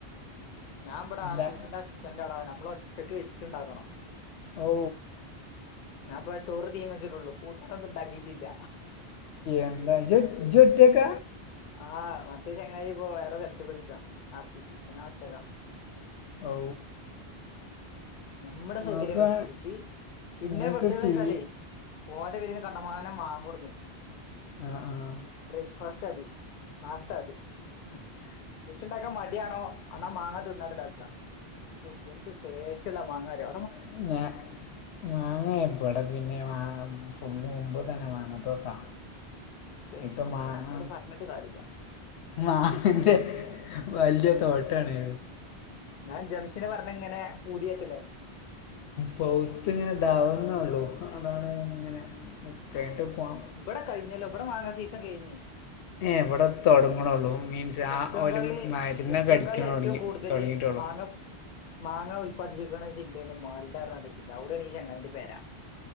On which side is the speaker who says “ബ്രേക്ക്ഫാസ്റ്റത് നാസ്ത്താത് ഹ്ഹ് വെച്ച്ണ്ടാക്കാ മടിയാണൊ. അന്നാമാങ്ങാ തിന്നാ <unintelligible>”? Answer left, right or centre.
Left